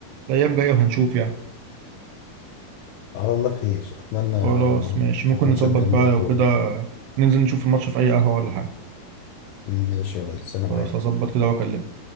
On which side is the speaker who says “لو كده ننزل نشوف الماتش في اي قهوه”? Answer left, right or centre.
Right